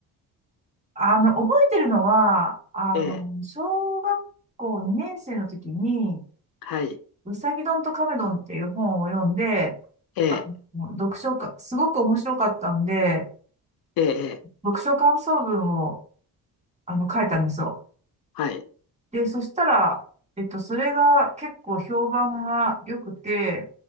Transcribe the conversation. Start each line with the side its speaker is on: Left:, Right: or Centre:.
Right: あの、覚えてるのは、あの、
Left: ええ、
Right: 小学校2年生の時に、
Left: はい。
Right: うさぎどんとカメドンっていう本を読んで、
Left: ええ、
Right: あの、読書か、すごく面白かったんで、
Left: ええ、ええ
Right: 読書感想文を、あの、書いたんですよ。
Left: はい。
Right: で、そしたら、えっと、それが結構評判が良くて、